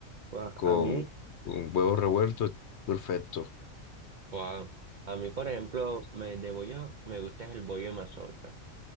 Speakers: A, on the right; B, on the left.
A: Guau,
B: con,
A: A mí.
B: con huevos revueltos, perfecto.
A: Wow. A mí, por ejemplo, me, de bollo, me gusta es el bollo de mazorca,